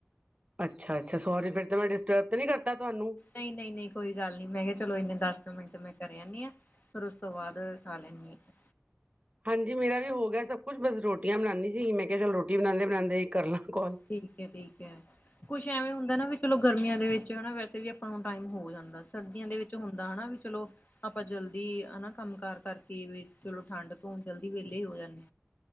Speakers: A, on the right (about 30°); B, on the left (about 40°).
A: ਅੱਛਾ ਅੱਛਾ, ਸੋਰੀ ਫਿਰ ਤਾ ਮੈਂ ਡਿਸਟਰਬ ਤੇ ਨੀ ਕਰਤਾ ਤੁਹਾਨੂੰ।
B: ਨਹੀ-ਨਹੀਂ-ਨਹੀਂ ਕੋਈ ਗੱਲ ਨਹੀ, ਮੈਂ ਕਿਹਾ ਚਲੋ ਇਨੇ ਦਸ ਮਿੰਟ ਮੈਂ ਕਰੇ ਆਨੀ ਆ। ਫਿਰ ਉਸ ਤੋਂ ਬਾਦ ਖਾ ਲੈਂਨੀ ਆ।
A: ਹਾਂਜੀ, ਮੇਰਾ ਵੀ ਹੋ ਗਿਆ ਸਭ ਕੁਛ ਬਸ ਰੋਟੀਆਂ ਬਣਾਦੀ ਸੀ। ਮੈਂ ਕਿਹਾ, ਚਲੋ ਰੋਟੀ ਬਣਾਦੇ ਬਣਾਦੇ ਹੀ ਕਰ ਲਾਂ ਕਾੱਲ।
B: ਠੀਕ ਹੈ, ਠੀਕ ਹੈ। ਕੁਛ ਐਵੇਂ ਹੁੰਦਾ ਨਾ ਵੀ ਚਲੋ ਗਰਮੀਆਂ ਦੇ ਵਿੱਚ ਹੈਨਾ ਵੈਸੇ ਵੀ ਆਪਾਂ ਨੂੰ ਟਾਈਮ ਹੋ ਜਾਂਦਾ ਸਰਦੀਆਂ ਦੇ ਵਿੱਚ ਹੁੰਦਾ ਹੈਨਾ ਵੀ ਚਲੋ ਆਪਾਂ ਜਲਦੀ ਹੈਨਾ ਕੰਮ ਕਾਰ ਕਰਕੇ ਵੀ ਚਲੋ ਠੰਢ ਤੋਂ ਹੁਣ ਜਲਦੀ ਵੇਹਲੇ ਹੋ ਜਾਂਨੇ